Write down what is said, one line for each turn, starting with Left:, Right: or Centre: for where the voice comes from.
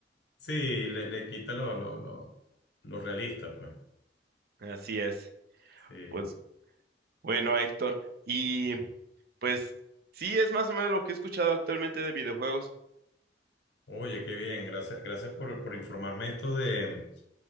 Left: Sí, le, le quita lo, lo, lo, lo realista, pues.
Right: <laughs> Así es.
Left: Sí.
Right: Pues bueno, Héctor. Y pues sí, es más o menos lo que he escuchado actualmente de videojuegos.
Left: Oye, qué bien, gracias, gracias por, por informarme esto de,